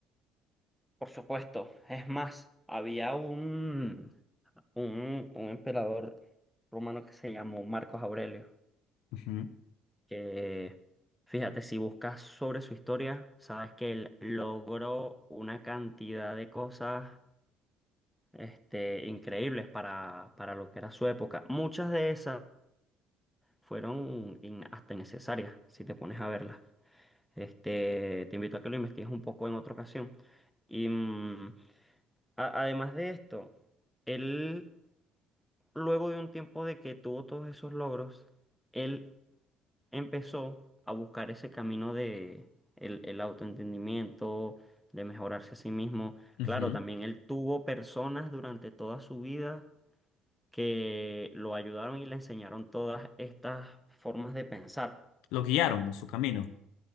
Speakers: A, in the centre; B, on the left (about 80°).
A: Por supuesto, es más, había un, un, un emperador romano que se llamó Marcos Aurelio,
B: Ujú,
A: que fíjate, si buscas sobre su historia, sabes que él logró una cantidad de cosas este, increíbles para, para lo que era su época. Muchas de esas fueron in- hasta innecesarias, si te pones a verlas. Este, te invito a que lo investigues un poco en otra ocasión. Y mm, a- además de esto, él Luego de un tiempo de que tuvo todos esos logros, él empezó a buscar ese camino de el, el autoentendimiento, de mejorarse a sí mismo.
B: ujú.
A: Claro, también él tuvo personas durante toda su vida que lo ayudaron y le enseñaron todas estas formas de pensar.
B: Lo guiaron en su camino,